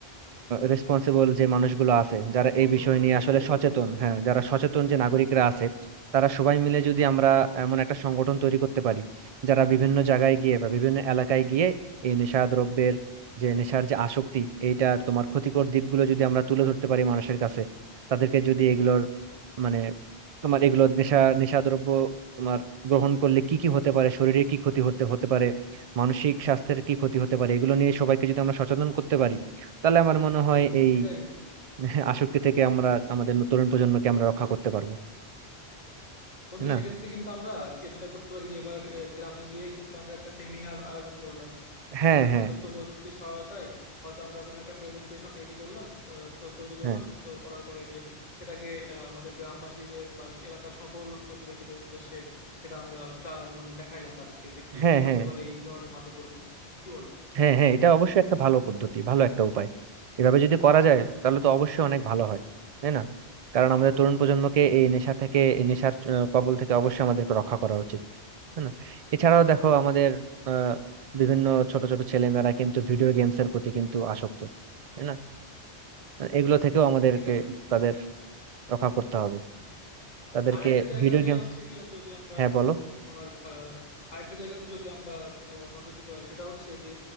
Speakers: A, on the right (about 50°); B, on the left (about 40°).
A: রেসপন্সিবল যে মানুষগুলো আছে যারা
B: গণ্যমান্য
A: এই বিষয় নিয়ে
B: যে ব্যক্তিদের
A: আসলে সচেতন
B: কথা বলতেছে
A: হ্যাঁ যারা সচেতন
B: হ্যাঁ
A: যে নাগরিকরা
B: হ্যাঁ
A: আছে তারা সবাই মিলে যদি আমরা এমন একটা সংগঠন তৈরি করতে পারি যারা বিভিন্ন জায়গায় গিয়ে বা বিভিন্ন এলাকায় গিয়ে এই নেশা দ্রব্যের যে নেশার যে আসক্তি এইটার তোমার ক্ষতিকর দিকগুলো যদি আমরা তুলে ধরতে পারি মানুষের কাছে তাদেরকে যদি এগুলোর মানে তোমার এগুলো নেশা নেশাদ্রব্য তোমার গ্রহণ করলে কি কি হতে পারে শরীরে কি ক্ষতি হতে হতে পারে মানসিক স্বাস্থ্যের কি ক্ষতি হতে পারে এগুলো নিয়ে সবাইকে যদি আমরা সচেতন করতে পারি তাহলে আমার মনে হয় এই
B: সেটাই বন্ধু
A: <laughs> আসক্তি থেকে আমরা আমাদের তরুণ প্রজন্মকে আমরা রক্ষা করতে পারবো
B: বন্ধু
A: তাই না
B: সেক্ষেত্রে কিন্তু আমরা কে যেটা করতে পারি যে এবার আহ, গ্রামে গিয়েই কিন্তু আমরা একটা সেমিনার আয়োজন করলাম
A: হ্যাঁ
B: যেখানে আমরা
A: হ্যাঁ
B: তথ্য প্রযুক্তির সহায়তায় হয়তো আমরা কোনো একটা প্রেজেন্টেশন রেডি করলাম আহ, তো তৈরি করলাম
A: হ্যাঁ
B: তো করার পরে যে সেটাকে আহ, আমাদের গ্রামবাসীদের বা এলাকার সকল অধিবাসীদের উদ্দেশ্যে সেটা আমরা চা- মানে দেখাইলাম তাদেরকে যে কি
A: হ্যাঁ
B: কি হইতে
A: হ্যাঁ
B: পারে এই ধরনের মাদক মাধ্যমে কি বলো
A: হ্যাঁ হ্যাঁ এটা অবশ্যই একটা ভালো পদ্ধতি ভালো একটা উপায় এভাবে যদি করা যায় তাহলে তো অবশ্যই অনেক ভালো হয় তাই না কারণ আমাদের তরুণ প্রজন্মকে এই নেশা থেকে এই নেশার আহ, কবল থেকে অবশ্যই আমাদেরকে রক্ষা করা উচিত তাই না এছাড়াও দেখো আমাদের আহ বিভিন্ন ছোট ছোট ছেলেমেয়েরা কিন্তু ভিডিও গেমস এর প্রতি কিন্তু আসক্ত তাই না এগুলো থেকেও আমাদেরকে
B: সেটাই
A: তাদের রক্ষা করতে হবে তাদেরকে
B: আর একটা জায়গাতে
A: ভিডিও গেমস
B: হচ্ছে কি যদি আমরা
A: হ্যাঁ বলো
B: তোমার আহ, আরেকটা জায়গাতে যদি আমরা আহ, নজর দিতে পারি সেটা হচ্ছে যে